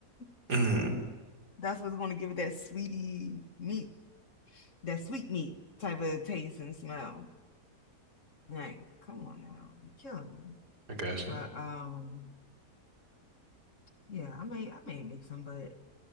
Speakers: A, on the left (about 50°); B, on the right (about 70°).
A: <laughs>
B: Mm.
A: That's what's going to give it that sweetie meat, that sweet meat type of taste and smell. Like, come on now, you're killing me.
B: I got you.
A: But um, yeah, I may I may make some, but